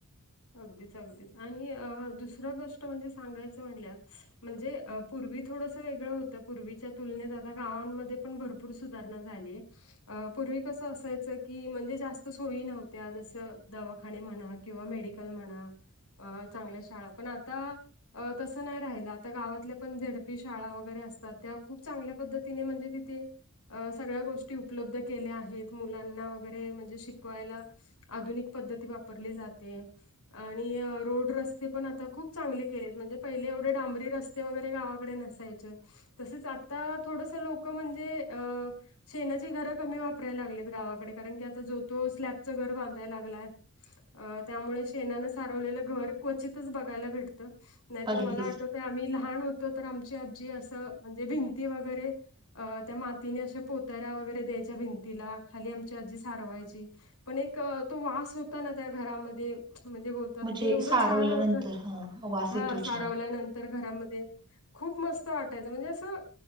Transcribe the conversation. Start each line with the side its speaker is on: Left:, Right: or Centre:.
Left: अगदीच अगदीच आणि अ दुसर गोष्ट म्हणजे सांगायचं म्हणल्यावर म्हणजे अ पूर्वी थोडंसं वेगळं होतं पूर्वीच्या तुलनेत आता गावांमध्ये पण भर पूर सुधारणा झालीये. अ पूर्वी कसं असायचं की म्हणजे जास्त सोयी नव्हत्या जस दवाखाने म्हणा किंवा मेडिकल म्हणा अ चांगल्या शाळा पण आता अ तसं नाय राहिलं आता गावातल्या पण झेड पी शाळा वगैरे असतात त्या खूप चांगल्या पद्धतीने म्हणजे तिथे अ सगळ्या गोष्टी उपलब्ध केल्या आहेत मुलांना वगैरे म्हणजे शिकवायला आधुनिक पद्धती वापरली जाते. आणि रोड रस्ते पण आता खूप चांगले केलेत म्हणजे पहिले एवढे डांबरी रस् स्ते वगैरे गावाकडे नसायचे तसेच आता थोडस लोक म्हणजे अ शेणाची घरं कमी वापरायला लागलेत गावाकडे कारण की आता जो तो स्लॅबचं घर बांधाय लागलाय. अ त्यामुळे शेणानं सारवलेलं घर क्वचितच बघायला भेटतं नायतर
Right: अगदीच
Left: मला आठवत ते आम्ही लहान होतो तर आमची आजी असं म्हणजे भिंती वगैरे अ त्या मातीने अशा पोतऱ्या वगैरे द्यायच्या भिं तिला खाली आमच्या आजी सारवायची पण एक तो वास होता ना, त्या घरामध्ये म्हणजे बोलतात
Right: म्हणजे
Left: ते एवढं
Right: सारवल्यानंतर
Left: छान होत.
Right: हा वास
Left: हा
Right: येतो
Left: सारवल्यानंतर
Right: छान.
Left: तर घरामध्ये खूप मस्त वाटायचं. म्हणजे असं